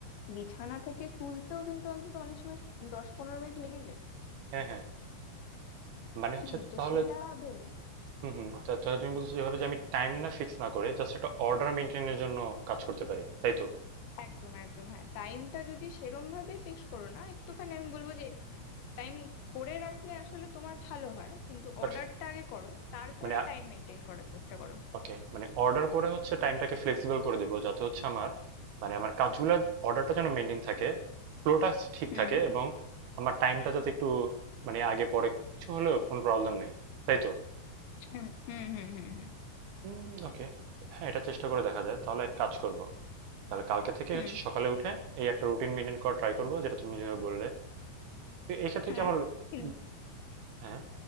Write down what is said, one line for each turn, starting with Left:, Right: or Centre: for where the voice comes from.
Left: বিছানা থেকে তুলতেও কিন্তু অন্তত অনেক সময় দশ পনেরো মিনিট লেগে যায়
Right: হ্যাঁ হ্যাঁ মানে হচ্ছে
Left: হুম তো
Right: তাহলে
Left: সেটা ভেবে
Right: হুম হুম তা তাহলে তুমি বলছো যেভাবে যে আমি টাইম না ফিক্স না করে জাস্ট একটা অর্ডার মেনটেনের জন্য কাজ করতে পারি তাই তো
Left: একদম একদম হ্যাঁ টাইমটা যদি সেরম ভাবে ফিক্স করো না একটুখানি আমি বলবো যে টাইম করে রাখলে আসলে তোমার ভালো হয় কিন্তু
Right: বাট
Left: অর্ডারটা আগে করো তারপরে
Right: মানে
Left: টাইম মেনটেন করার চেষ্টা করো
Right: ওকে মানে অর্ডার করে হচ্ছে টাইমটাকে ফ্লেক্সিবল করে দেবো যাতে হচ্ছে আমার মানে আমার কাজগুলো অর্ডারটা যেন মেনটেন থাকে ফ্লোটা ঠিক
Left: হুম
Right: থাকে এবং আমার টাইমটা যাতে একটু মানে আগে পরে কিছু হলেও কোনো প্রবলেম নেই তাই তো
Left: হুম হুম হুম হুম হুম
Right: হুম ওকে হ্যাঁ এটা চেষ্টা করে দেখা যায় তাহলে এক কাজ করব তাহলে কালকে থেকে
Left: হুম,
Right: হচ্ছে সকালে উঠে এই একটা রুটিন মেনটেন করা ট্রাই করবো যেটা তুমি যেভাবে বললে তো এই ক্ষেত্রে
Left: হ্যাঁ
Right: কি আমার
Left: কিন্তু
Right: উম, হ্যাঁ